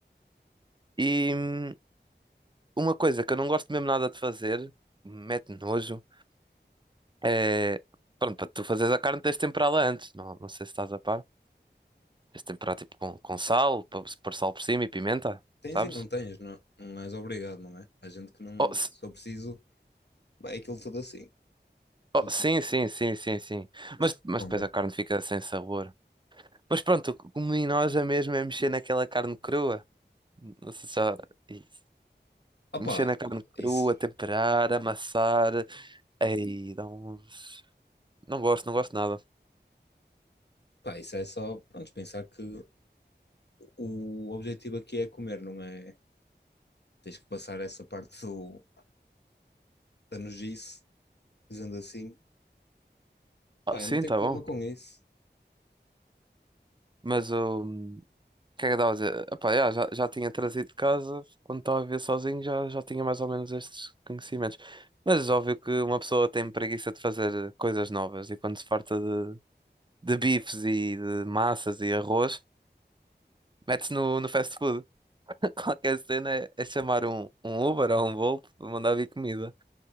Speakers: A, on the right; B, on the left.
A: E hum, uma coisa que eu não gosto mesmo nada de fazer, mete nojo. É, pronto, para tu fazeres a carne tens de temperá-la antes, não, não sei se estás a par. Tens de temperar tipo com, com sal, para pôr sal por cima e pimenta,
B: tens
A: sabes?
B: e não tens, não, não és obrigado, não é? Há gente que não,
A: Oh, se-
B: se eu preciso, vai aquilo tudo assim.
A: oh,
B: Tudo
A: sim,
B: sim.
A: sim, sim, sim, sim.
B: Mas
A: Mas, mas
B: convém.
A: depois a carne fica sem sabor. Mas pronto, o que me enoja mesmo é mexer naquela carne crua. Não sei se já... Ih,
B: Opa,
A: Mexer na carne
B: isso,
A: crua, temperar, amassar. Ei, dá um... Não gosto, não gosto nada.
B: pá, isso é só, pronto, pensar que O objetivo aqui é comer, não é? Tens que passar essa parte do, da nojice, dizendo assim.
A: Ah,
B: Pá,
A: sim,
B: eu não tenho
A: tá
B: problema
A: bom.
B: com isso.
A: Mas o O que é que eu estava a dizer? Epá, yeah, já, já tinha trazido de casa, quando estava a viver sozinho já, já tinha mais ou menos estes conhecimentos. Mas é óbvio que uma pessoa tem preguiça de fazer eh, coisas novas e quando se farta de, de bifes e de massas e arroz, mete-se no, no fast food. <laughs> Qualquer cena é, é chamar um, um Uber ou um Bolt para mandar vir comida.